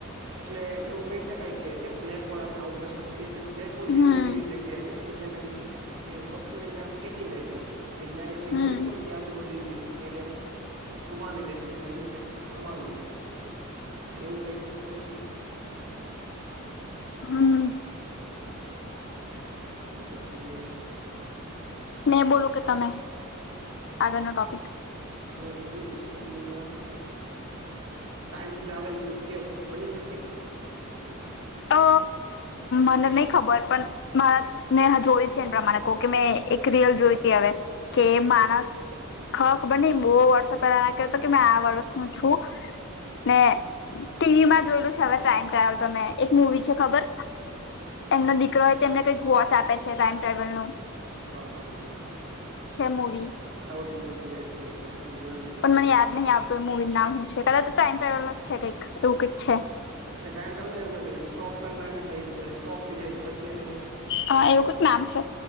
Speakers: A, on the right; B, on the left.
A: એટલે એવું કહી શકાય કે કેમ બ્લેક હોલ આપડે અવકાશમાં છે, એ રીતે બ્લેક હોલ જેવી
B: હમ
A: કંઈક એવી જગ્યા છે. કે જ્યાં કંઈ એ વસ્તુને જ્યાં ખેંચી લે છે, કે જ્યાં એ કંઈ,
B: હમ
A: ફ્રિકવન્સી આજુબાજુ એવી છે, કે એને ગુમાવી દે છે, એની અંદર ક્યાંક સમાવી લે છે. એટલે એવું કંઈક હોય શકે
B: હ
A: તો પછી
B: મેં બોલું કે તમે આગળનો ટોપિક
A: હે બોલુ ક સમેયાત ટાઈમ ટ્રાવેલ શક્ય બની શકે?
B: અ મને નહી ખબર પણ મારા ને જોય છે, એને પ્રમાણે કો કે મેં એક રિયલ જોઈતી હવે કે માણસ ખ ખબર નઈ બો વર્ષો પહેલાના કહેતો કે મેં આ વર્ષનું છું ને ટીવીમાં જોયેલું છે, હવે ટાઈમ ટ્રાવેલ તો તમે એક મુવી છે, ખબર? એમનો દીકરો હોય તો એમને કંઈક વોચ આપે છે, ટાઈમ ટ્રાવેલનું
A: હ હ હ હ હાહ
B: મૂવી
A: સાઉથ મુવી છે, યસ યસ યસ મે જોયેલું છે.
B: પણ મને યાદ નહીં આવ તો મુવી નામ હું છે, કદાચ તો ટાઈમ ટ્રાઈવલ જ છે, કંઈક એવું કંઈક છે.
A: અને ટાઈમ એવું સ્ટોપ કર નાખે એટલે ઈજ સ્ટોપ થઈ જાય ને પછી એને
B: હ એવું કઈક નામ છે,